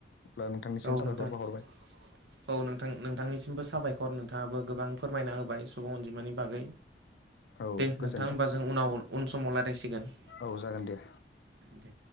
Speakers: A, on the left (about 70°); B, on the right (about 85°).
A: अब्ला नोंथांनिसिम
B: औ
A: साबायखर
B: नोंथां <unintelligible>
A: बावहरबाय
B: औ नोंथां नोंथांनिसिमबो साबायखर नोंथाङाबो गोबां फोरमायना होबाय सुबुं अनजिमानि बागै
A: औ
B: दे
A: गोजोन्थों
B: नोंथां होनबा जों उनाव उन समाव रायलायसिगोन।
A: औ जागोन दे।
B: दे